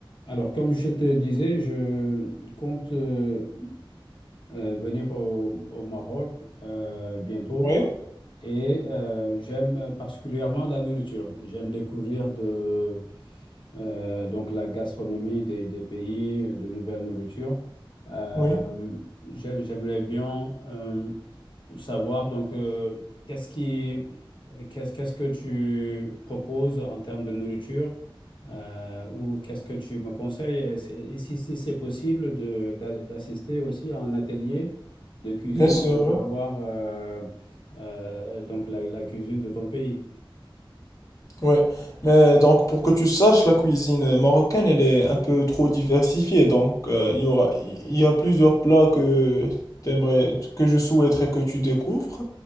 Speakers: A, on the left; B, on the left.
A: Alors, comme je te disais, je compte euh, euh, venir au, au Maroc euh, bientôt
B: Oui,
A: et euh, j'aime particulièrement la nourriture. J'aime découvrir de, euh, donc la gastronomie des, des pays, de nouvelles nourritures. Euh,
B: oui,
A: j'aime- j'aimerais bien euh, savoir donc euh, qu'est-ce qui qu'est-ce qu'est-ce que tu proposes en termes de nourriture euh, ou qu'est-ce que tu me conseilles et, c'est- et si, si c'est possible de d'a- d'assister aussi à un atelier de cuisine
B: bien sûr.
A: de
B: Ouais.
A: voir euh, euh, donc la, la cuisine de ton pays.
B: Ouais. Mais donc pour que tu saches, la cuisine marocaine, elle est un peu trop diversifiée. Donc euh, il y aura, il y a plusieurs plats que t'aimerais, que je souhaiterais que tu découvres.